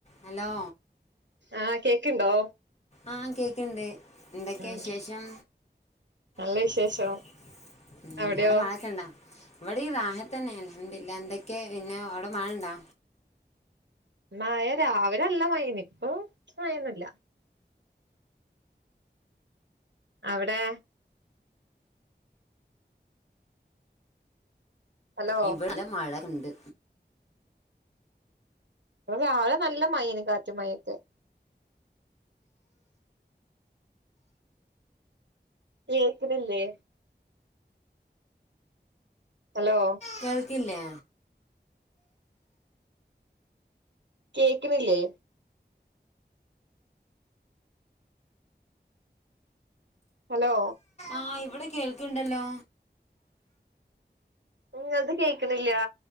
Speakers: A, on the left (about 40°); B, on the right (about 85°).
A: Hello
B: ആഹ് cake ഇണ്ടോ?
A: ആഹ് കേക്ക് ഇണ്ട്. എന്തൊക്കെ
B: ഉം
A: വിശേഷം?
B: നല്ല
A: <inaudible>
B: വിശേഷം
A: ഉം
B: അവിടെയോ
A: അയുടെ മഴ ഒക്കെ ഇണ്ടാ? ഇവെടിം റാഹത്തെന്നെ ആണ് അൽഹംദുലില്ലാഹ്. എന്തൊക്കെ പിന്നെ അയുടെ മഴ ഇണ്ടാ?
B: മഴ രാവിലെ നല്ല മഴെനി ഇപ്പോ മഴ ഒന്നും ഇല്ല അവ്ടെ ഹലോ
A: ഇവെടെ നല്ല മഴ ഒക്കെ ഇണ്ട്.
B: ഇവെടെ രാവിലെ നല്ല മഴ എയ്നി കാറ്റും മഴെ ഒക്കെ കേക്ക്ണ് ഇല്ലെ? ഹലോ
A: കേൾക്ക് ഇല്ലെ?
B: കേക്ക്‌ണ് ഇല്ലെ? ഹലോ
A: ആഹ് ഇവ്ടെ കേൾക്ക് ഇണ്ടല്ലോ?
B: ഇങ്ങെൾത് കേക്ക്ണ് ഇല്ലാ